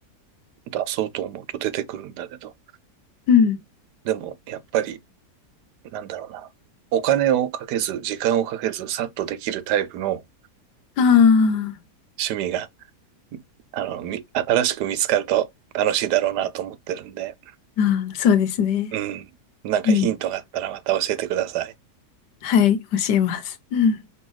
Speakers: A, on the right; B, on the left.
A: 出そうと思うと出てくるんだけど、
B: うん。
A: でもやっぱりなんだろうな。お金をかけず、時間をかけず、さっとできるタイプの
B: あ
A: 趣味が、あの、み新しく見つかると楽しいだろうなと思ってるんで、
B: あ、ああ、そうですね。
A: うん。なんかヒントがあったらまた教えてください。
B: うん。はい、教えます。うん。